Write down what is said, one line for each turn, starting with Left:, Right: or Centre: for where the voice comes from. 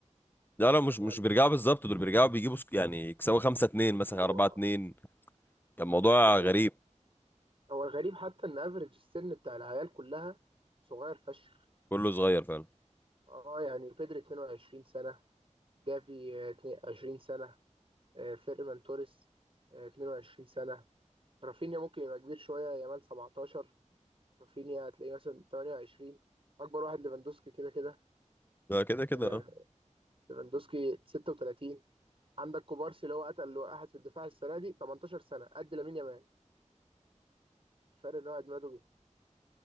Left: لا لا مش
Right: يعني
Left: مش بيرجعوا بالظبط دول بيرجعوا بيجيبوا سك- يعني يكسبوا خمسة اتنين
Right: يكسبوا
Left: مثلا أربعة
Right: اه
Left: اتنين كان موضوع
Right: دي حقيقه
Left: غريب
Right: هو الغريب حتى ان افريج السن بتاع العيال كلها صغير فشخ
Left: كله صغير فعلا
Right: اه يعني بيدري 22 سنه جافي آه، 22 سنه آه، فيرمان توريس آه، 22 سنه رافينيا ممكن يبقى كبير شويه يامال 17 رافينيا هتلاقيه مثلا 28 اكبر واحد ليفاندوسكي كده كده
Left: ده كده كده
Right: آه،
Left: اه
Right: ليفاندوسكي 36 عندك كوبارسي اللي هو قتل واحد في الدفاع السنه دي 18 سنه قد لامين يامال الفرق ان هو عيد ميلاده جه.